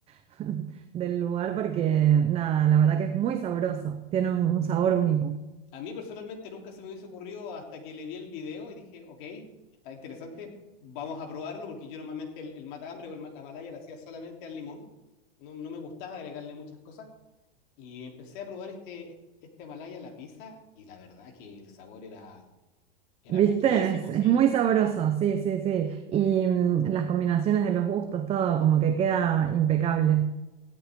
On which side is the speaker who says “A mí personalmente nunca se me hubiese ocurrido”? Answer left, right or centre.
Left